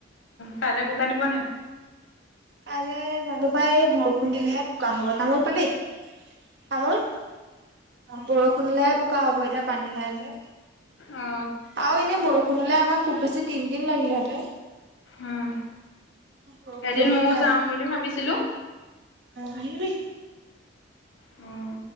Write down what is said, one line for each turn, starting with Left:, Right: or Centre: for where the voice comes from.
Left: কাইলৈ বোকা দিব নাই?
Right: কাইলৈ জানো পাই এই বৰষুণ দিলেহে বোকা হ'ব, তামোল পালি, তামোল অ' বৰষুণ হ'লে বোকা হ'ব, এতিয়া পানী নাই যে।
Left: অ
Right: আৰু এনে বৰষুণ হ'লে আমাক খুব বেছি তিনদিন লাগিলেহেঁতেন।
Left: উম,
Right: বৰষুণ
Left: এদিন
Right: চৰষুণ
Left: ময়ো
Right: নাই
Left: যাম
Right: যে
Left: বুলি ভাবিছিলোঁ।
Right: অ' আহিবি।
Left: উম।